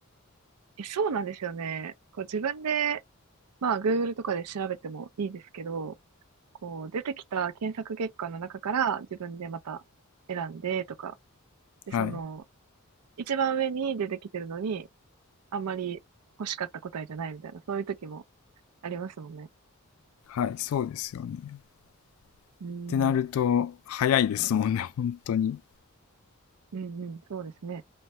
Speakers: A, on the right; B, on the left.
A: え、そうなんですよね。こう自分で、まあ Google とかで調べてもいいですけど、こう出てきた検索結果の中から自分でまた選んでとか、で、
B: はい。
A: その、一番上に出てきてるのに、あんまり欲しかった答えじゃないみたいな、そういう時もありますもんね。
B: はい、そうですよね。ってなると、
A: うん、
B: 早いですもんね、本当に。
A: うん、うん、そうですね。